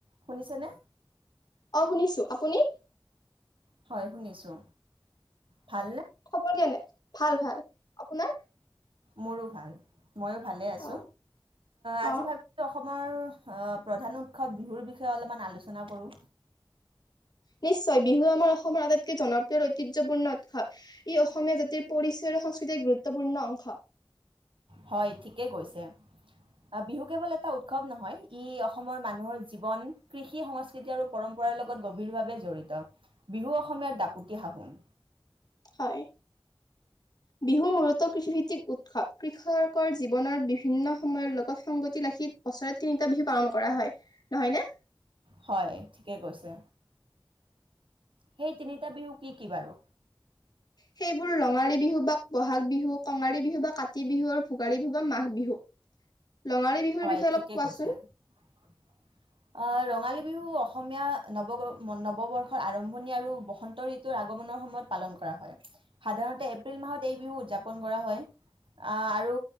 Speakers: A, on the right; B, on the left.
A: শুনিছেনে
B: অ শুনিছো আপুনি
A: হয় শুনিছো ভাল নে
B: ক' দিয়া নে ভাল ভাল আপোনাৰ
A: মোৰো ভাল ময়ো ভালে আছো
B: অ
A: আজি
B: অ
A: ভাবো অসম অসমৰ আহ প্ৰধান উৎসৱ বিহুৰ বিষয়ে অলপমান আলোচনা কৰোঁ
B: নিশ্চয় বিহু আমাৰ অসমৰ আটাইতকৈ জনপ্ৰিয় ঐতিহ্যপূৰ্ণ উৎসৱ ই অসমীয়া জাতিৰ পৰিচয় আৰু সংস্কৃতিৰ গুৰুত্বপূৰ্ণ অংশ
A: হয় ঠিকেই গৈছে বিহু কেৱল এটা উৎসৱ নহয় ই অসমৰ মানুহৰ জীৱন কৃষি সংস্কৃতি আৰু পৰম্পৰাৰ লগত গভীৰভাৱে জড়িত বিহু অসমীয়াৰ দাপতি সাহোন
B: হয় বিহু মূলত কৃষিভিত্তিক উৎসৱ কৃষকৰ জীৱনৰ বিভিন্ন সময়ৰ লগত সংগতি ৰাখি বছৰত তিনিটা বিহু পালন কৰা হয় নহয়নে
A: হয় ঠিকে কৈছে সেই তিনিটা বিহু কি কি বাৰু
B: সেইবোৰ ৰঙালী বিহু বা বহাগ বিহু কঙালী বিহু বা কাতি বিহু আৰু ভোগালী বিহু বা মাঘ বিহু ৰঙালী বিহুৰ
A: হয়
B: বিষয়ে অলপ
A: ঠিকে
B: কোৱাচোন
A: কৈছে আৰু অ ৰঙালী বিহু অসমীয়া নৱ নৱবৰ্ষৰ আৰম্ভণি আৰু বসন্ত ঋতুৰ আগমনৰ সময়ত পালন কৰা হয় সাধাৰণতে এপ্ৰিল মাহত এই বিহু উদযাপন কৰা হয় আহ আৰু